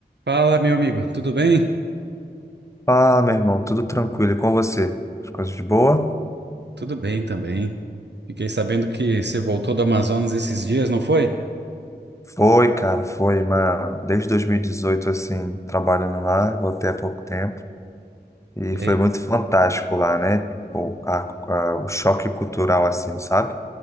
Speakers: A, on the right; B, on the left.
A: Fala, meu amigo, tudo bem?
B: Fala, meu irmão, tudo tranquilo e com você? As coisas de boa?
A: Tudo bem também. Fiquei sabendo que você voltou do Amazonas esses dias, não foi?
B: Foi, cara, foi, mas desde 2018, assim, trabalhando lá, voltei há pouco tempo e
A: E
B: foi
A: aí,
B: muito fantástico lá, né? Pô, a- a- o choque cultural, assim, sabe?